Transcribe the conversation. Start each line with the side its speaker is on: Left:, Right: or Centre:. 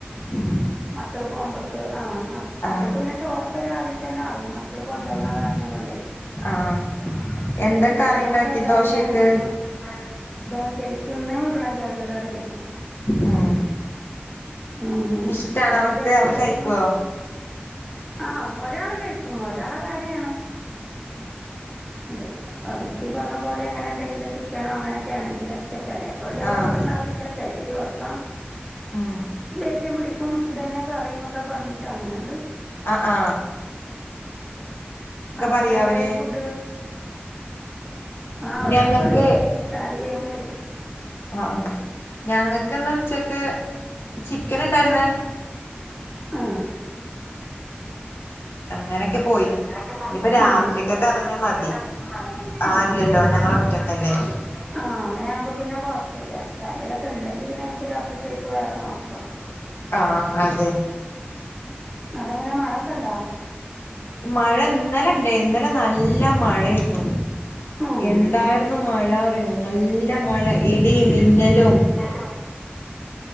Left: ഉം
Centre: മക്കള് പോകുമ്പൾക്ക് ആ മക്കൾക്ക്
Left: ആഹ്
Centre: പിന്നെ ചോറെക്കെ രാവിലെ തന്നെ ആകും മക്കള് കൊണ്ടുപോകണ
Left: ഉം
Centre: കാരണം കൊണ്ടോയ്
Left: ആഹ്
Centre: ആഹ്
Left: എന്താ
Centre: ജോലികളൊക്കെ
Left: കറി ഉണ്ടാക്കി
Centre: കാരണം
Left: ദോശക്ക്
Centre: വേഗം തീരും. ദോശൽക്കിന്ന് ഉരുളകിഴങ്ങ് കറിയായിരുന്നു.
Left: ഉം
Centre: ആങ്ങ
Left: ഇഷ്ടാണ്
Centre: അവിടെന്തേരുന്നു
Left: അവർക്ക് അവർ
Centre: ഫുഡിന്ന്?
Left: കഴിക്കുവോ
Centre: ആ ഒരാള് കഴിക്കും. ഒരാളെ കാര്യാണ് ഉണ്ട് അവർക്കീ പറഞ്ഞ പോലെ എങ്ങനെ എന്തെങ്കിലൊക്കെ ക്കാനോ അങ്ങനൊക്കെയാണെങ്കില ക്ഷെ ചെലേപ്പൊ വല്ല്യ
Left: ആഹ്
Centre: കൊഴപ്പുണ്ടാവില്ല ചെലെ ദിവസം
Left: ഉം
Centre: ദേഷ്യം പിടിക്കും ഇതെന്നെ കറി ന്നൊക്കെ പറഞ്ഞിട്ട് അങ്ങനെണ്ട്
Left: ആ ആ
Centre: അവിടെന്നെന്തേര്ന്നു
Left: പറയോ അവര്
Centre: ഫുഡ്? ആ ഒരാള്
Left: ഞങ്ങൾക്ക്
Centre: പറയും ഇഷ്ടായില്ലെങ്കില്
Left: ആ ആ ഞങ്ങക്ക്ന്ന് ഉച്ചക്ക് ചിക്കന്ണ്ടായിരുന്ന്
Centre: ആ
Left: അങ്ങനെക്കെ പോയി
Centre: ങ്ങനൊക്കെ പോയി
Left: ഇനിയിപ്പ രാത്രിക്കൊക്കെ
Centre: ഉം ഇഞ്ഞി രാത്രിക്കത്തെ
Left: അതന്നെ മതി
Centre: അതെന്നെ മതി
Left: ആരുല്ലല്ലോ
Centre: ആ <unintelligible>
Left: ഞങ്ങള് ഒറ്റക്കല്ലേ
Centre: ആ അങ്ങനെ ആവുമ്പോ പിന്നെ കൊഴപ്പല്ല്യ ചാരിലൊക്കെ ഉണ്ടെങ്കി പിന്നെ നമക്ക് രാത്രിക്കൽക്ക് വേറെ നോക്കണം
Left: ആ അതെ
Centre: അവ്ടെങ്ങനെ മഴൊക്കെണ്ടോ?
Left: മഴ ഇന്നലെണ്ടെയ്ന് ഇന്നലെ നല്ല മഴേരുന്നു
Centre: ഉം.
Left: എന്താർന്നു മഴറിയോ നല്ല മഴ ഇടീം മിന്നലും
Centre: ന്നലും